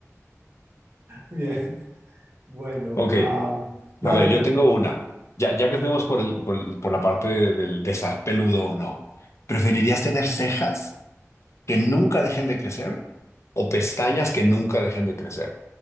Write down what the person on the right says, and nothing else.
Bien, bueno,
am, dale
tú.